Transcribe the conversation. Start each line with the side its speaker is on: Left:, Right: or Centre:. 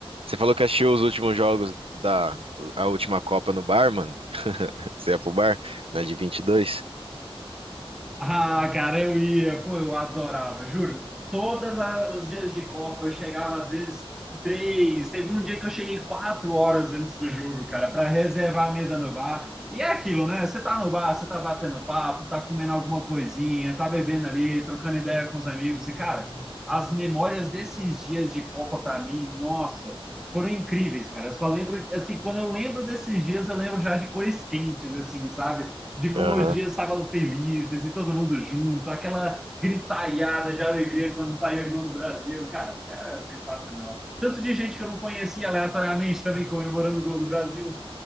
Right: Você falou que assistiu os últimos jogos da a última Copa no bar, mano? <laughs> Você ia pro bar? Na de 22.
Centre: Ah, cara, eu ia, pô, eu adorava, juro. Todos os dias de Copa eu chegava às vezes três. Teve um dia que eu cheguei quatro horas antes do jogo, cara, para reservar a mesa no bar. E é aquilo, né? Você tá no bar, você tá batendo papo, tá comendo alguma coisinha, tá bebendo ali, trocando ideia com os amigos. E, cara, as memórias desses dias de Copa para mim, nossa, foram incríveis, cara. Eu só lembro, assim, quando eu lembro desses dias, eu lembro já de cores quentes, assim, sabe? de como
Right: Aham.
Centre: hoje é sábado felizes e todo mundo junto, aquela gritalhada de alegria quando saiu o gol do Brasil. Cara, era sensacional. Tanto de gente que eu não conhecia aleatoriamente também comemorando o gol do Brasil.